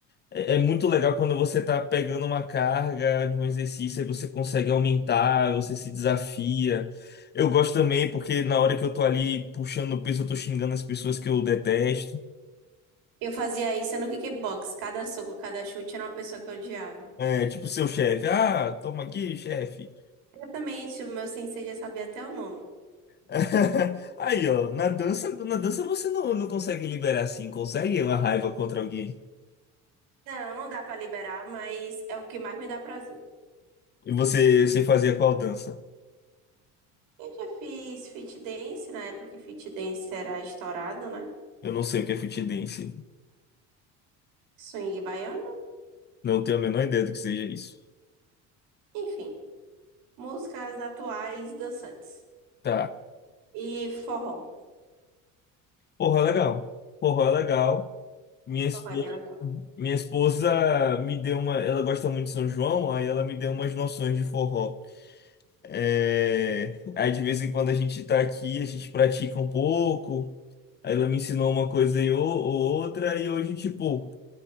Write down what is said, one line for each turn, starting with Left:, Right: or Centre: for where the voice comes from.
Left: É é muito legal quando você tá pegando uma carga de um exercício e você consegue aumentar, você se desafia. Eu gosto também porque na hora que eu tô ali puxando o peso, eu tô xingando as pessoas que eu detesto.
Right: Eu fazia isso no kickbox. Cada soco, cada chute era uma pessoa que eu odiava.
Left: É, tipo seu chefe, ah, toma aqui, chefe.
Right: Exatamente, o meu sensei já sabia até o nome.
Left: <laughs> Aí, ó, na dança, na dança você não, não consegue liberar assim, consegue uma raiva contra alguém.
Right: Não, não dá pra liberar, mas é o que mais me dá prazer.
Left: E você, você fazia qual dança?
Right: Eu já fiz fit dance na época que fit dance era estourado, né?
Left: Eu não sei o que é fit dance.
Right: Swing baiano,
Left: Não tenho a menor ideia do que seja isso.
Right: enfim, músicas atuais dançantes.
Left: Tá.
Right: E forró.
Left: Porra, legal. Porra, legal. Minha esposa,
Right: Forró é bem legal.
Left: minha esposa me deu uma. Ela gosta muito de São João, aí ela me deu umas noções de forró. É, aí de vez em quando a gente tá aqui, a gente pratica um pouco. Aí ela me ensinou uma coisa e ou, ou outra, e hoje, tipo,